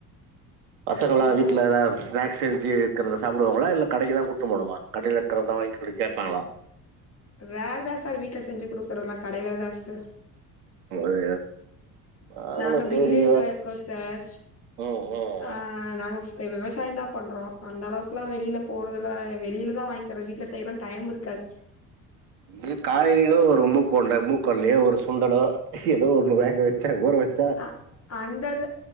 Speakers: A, on the right; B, on the left.
A: பசங்கலா
B: அப்ப அவ
A: வீட்லதா ஸ்நாக்ஸ் செஞ்சி தரத சாப்டுவாங்களா இல்ல கடைக்கு தா கூட்னு போனுமா கடையில இருக்கறது தா வாங்கி குடு கேப்பாங்களா
B: ரேர்தா சார் வீட்ல செஞ்சி குடுக்கறதல்லாம் கடையில தா சார்
A: அது நாங்களும்
B: நாங்க வில்லேஜில
A: சரி.
B: இருக்கோம் சார்
A: ம், ம்.
B: ஆ நாங்க விவ விவசாயம் தா பண்றோம் அந்த அளவுக்குலா வெளியில போறதுல வெளியில தா வாங்கி தர வீ்ட்ல செய்யலா டைம் இருக்காது
A: ஏ காலையிலேதா ஒரு உம்ம போடல மூக்கடலையோ ஒரு சுண்டலோ எதோ ஒண்ணு வேக வச்சா ஊற வச்
B: ஆ அந்தது